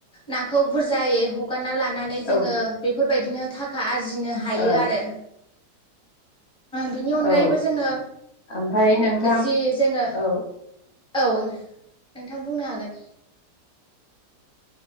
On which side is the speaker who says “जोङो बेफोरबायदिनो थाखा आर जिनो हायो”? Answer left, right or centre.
Centre